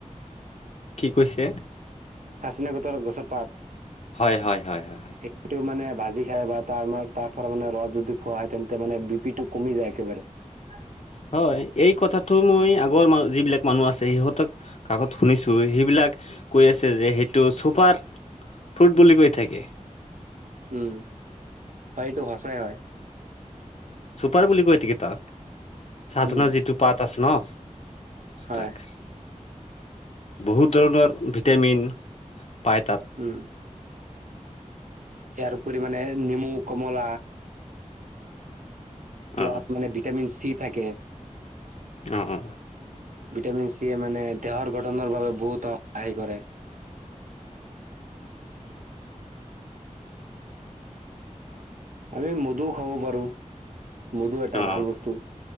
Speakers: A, on the left; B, on the right.
A: কি কৈছে
B: চাচিনা গোটৰ গছৰ পাত,
A: হয় হয় হয় হয়
B: সেইটো মানে ভাজ ি খাই বা তাৰ তাৰ পৰা মানে ৰস যদি খোৱা হয় তেন্তে মানে বি পি টো কমি যায় একেবাৰে <unintelligible>
A: হয়। এই কথাাতটো মই আগৰ যিবিলাক মানুহ আছে সিহঁতক কাকত শুনিছো সেইবিলাক। লাক কৈ আছে যে সেইটো চুপাৰ ফ্ৰুইট বুলি কৈ থাকে।
B: উম এইটো সচাই হয়।
A: চুপাৰ বুলি কৈ থাকি তাত চাজনাৰ
B: উম,
A: যিটো পাত আছে ন।
B: হয়,
A: তাক বহুত ধৰণৰ ভিটামিন পাই তাত।
B: উম, ইয়াৰ উপৰি মানে নেমু কমলা ইয়াত
A: অ
B: মানে ভিটামিন চি থাকে
A: অ'
B: ভিটামিন চিয়ে মানে দেহৰ গঠনৰ বাবে বহুত সহায় কৰে। আমি মদু খাব পাৰোঁ। মধু এটা
A: অ
B: ভাল বস্তু।